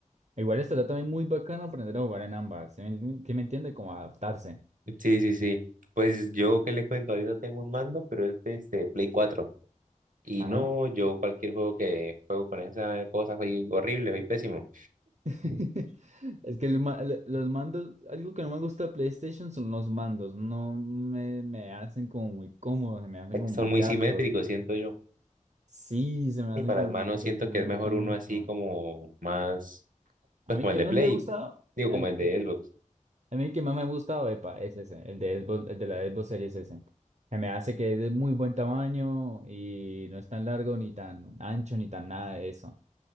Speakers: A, on the right; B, on the right.
A: Igual estaría también muy bacano aprender a jugar en ambas. ¿Sí me, sí me entiende? Como adaptarse.
B: Sí, sí, sí. Pues yo que les cuento, ahorita tengo un mando, pero es de este, Play 4. Y
A: Ajá.
B: no, yo cualquier juego que juego con esas cosas soy horrible, soy pésimo.
A: <laughs> Es que el ma- el- los mandos, algo que no me gusta de PlayStation son los mandos. No me, me hacen como muy cómodos, se me hacen
B: Es
A: como
B: que son
A: muy
B: muy
A: largos.
B: simétricos, siento yo.
A: Sí, se me hacen
B: Y para
A: como
B: las manos
A: muy largos
B: siento
A: y no
B: que
A: me
B: es mejor
A: gustan
B: uno
A: mucho.
B: así como más,
A: A
B: pues
A: mí
B: como
A: el que
B: el de
A: más
B: Play,
A: me gusta,
B: digo,
A: el-
B: como el de
A: el-
B: Xbox.
A: a mí el que más me gusta, epa, es ese, el de Xbox- el de la Xbox Series S. Se me hace que es de muy buen tamaño y no es tan largo ni tan ancho ni tan nada de eso.